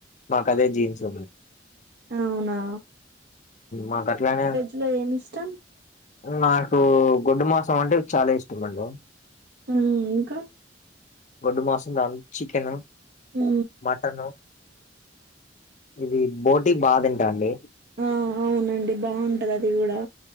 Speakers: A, on the left; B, on the right.
A: మకదే జీన్స్
B: అవునా
A: మాకట్ల నే
B: ఇందులో ఏం ఇష్టం
A: నాకు గొడ్డు మాసం అంటే చాలా ఇష్టం అండి
B: ఆ ఇంకా
A: గొడ్డు మాసం చికెన్
B: ఉ
A: మటన్ ఇది బోటి బా తింటా అండి
B: ఆ అవునండి బాగుంటది అది కూడా